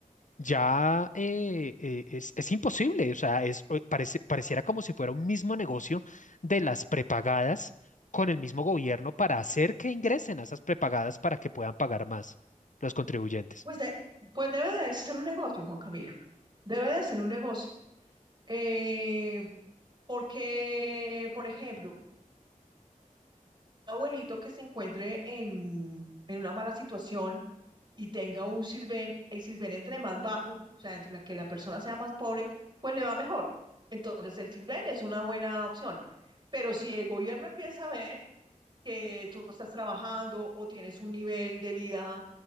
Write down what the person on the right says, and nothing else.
Pues, de- pues debe de ser un negocio, Juan Camilo, debe de ser un negocio. Eh, porque, por ejemplo, abuelito que se encuentre en, en una mala situación y tenga un Sisbén, el Sisbén entre más bajo, o sea, entre la que la persona sea más pobre, pues le va mejor. Entonces el Sisbén es una buena opción. Pero si el gobierno empieza a ver que tú estás trabajando o tienes un nivel de vida